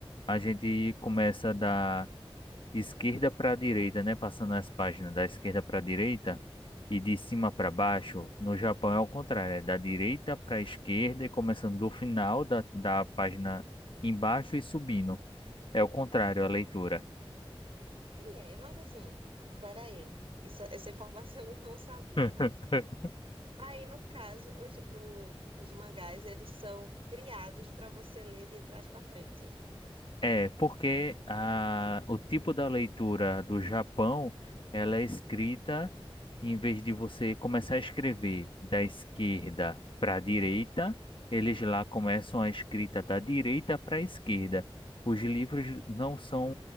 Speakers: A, on the left; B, on the right.
A: a gente começa da esquerda para a direita, né, passando as páginas da esquerda para a direita e de cima para baixo. No Japão é o contrário, é da direita para a esquerda e começando do final da, da página embaixo e subindo. É o contrário, a leitura.
B: E é, mas assim, peraí, isso, essa informação eu não sabia.
A: <laughs>
B: Aí, no caso, os, o- os mangás, eles são criados para você ler de trás para frente.
A: É, porque a, o tipo da leitura do Japão, ela é escrita, em vez de você começar a escrever da esquerda para a direita, eles lá começam a escrita da direita para a esquerda. Os livros não são